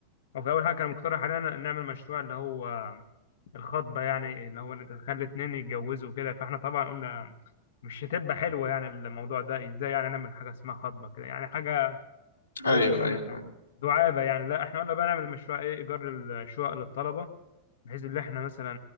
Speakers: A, on the left; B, on the left.
A: هو في اول حاجه كان مقترح علينا نعمل مشروع اللي هو الخطبة يعني اللي هو نخلي اتنين يتجوزوا كده فاحنا طبعا قلنا مش هتبقى حلوة يعني الموضوع ده ازاي يعني نعمل حاجة اسمها خطبة كده يعني حاجة
B: ايوه
A: زي بيكون
B: ايوه ايوه
A: دعابة يعني لا احنا قلنا بقى نعمل مشروع ايه ايجار الشقق للطلبة بحيث ان احنا مثلا